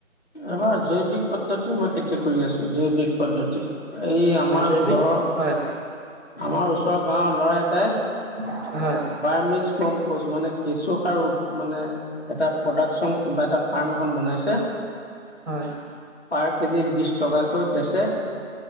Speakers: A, on the left; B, on the right.
A: এইবাৰ জৈৱিক পদ্ধতি মই খেতি কৰি আছো জৈৱিক পদ্ধতি এই আমাৰ
B: হয় জৈৱিক
A: ঘৰৰ
B: হয়
A: আমাৰ ওচৰৰ গাঁৱৰ ল'ৰা এটাই
B: হয় হয়
A: বাৰ্মিছ কম্প মানে কেঁচু সাৰ মানে এটা প্ৰডাকচন কিবা এটা ফাৰ্ম এখন বনাইছে
B: হয়
A: পাৰ কেজি বিশছ টকাকৈ বেচে